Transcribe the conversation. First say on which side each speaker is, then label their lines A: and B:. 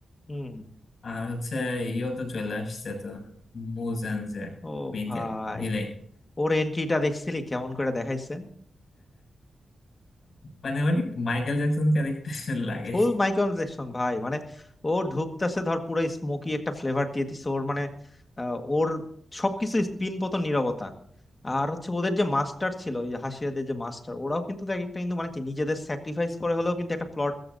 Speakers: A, on the left (about 20°); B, on the left (about 50°).
A: হুম
B: আর হচ্ছে ইও তো চলে আসছে তো মুজেন যে
A: ও
B: মেইন
A: ভাই
B: ভিলেন
A: ওর এন্ট্রিটা দেখছিলি কেমন করে দেখাইছে
B: মানে অনেক মাইকেল জ্যাকসন ক্যারেক্টার লাগে
A: ফুল মাইকেল জ্যাকসন ভাই মানে ও ঢুকতেছে ধর পুরো স্মোকি একটা ফ্লেভার দিয়ে দিছে ওর মানে আহ, ওর সবকিছু স্পিন পতন নীরবতা আর হচ্ছে ওদের যে মাস্টার ছিল ওই যে হাসিয়াদের যে মাস্টার ওরাও কিন্তু দেখ একটা কিন্তু মানে কি নিজেদের স্যাক্রিফাইস করে হলেও কিন্তু একটা প্লট